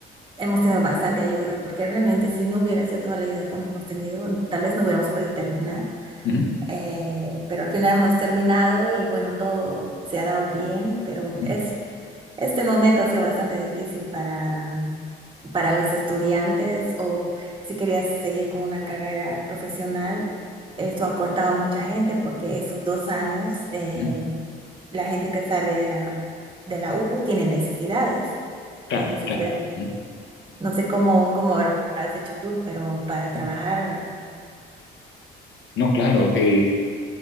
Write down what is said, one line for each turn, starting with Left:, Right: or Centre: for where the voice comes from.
Right: hemos tenido bastante ayuda, porque realmente si no hubiera sido toda la ayuda que hemos tenido, tal vez no hubiéramos podido terminar.
Left: ujú,
Right: Eh, pero al final hemos terminado y bueno, todo se ha dado bien, pero
Left: ujú,
Right: es, este momento ha sido bastante difícil para para los estudiantes o si querías seguir con una carrera profesional, esto acortaba a mucha gente porque esos dos años, eh,
Left: ujú,
Right: la gente que sale de la, de la U tiene necesidades,
Left: claro,
Right: tiene necesidades.
Left: claro. ujú,
Right: No sé cómo, cómo habrás hecho tú, pero para trabajar,
Left: ujú. No, claro. eh,